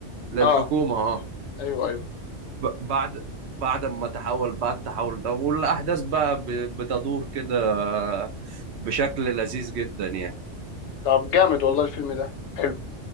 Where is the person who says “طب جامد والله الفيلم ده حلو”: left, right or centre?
Left